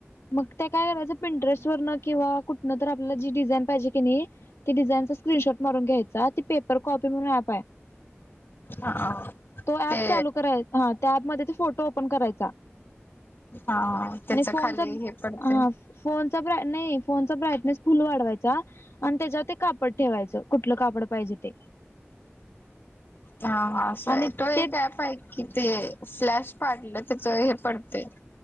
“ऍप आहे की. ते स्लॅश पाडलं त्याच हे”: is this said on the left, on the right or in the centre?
Left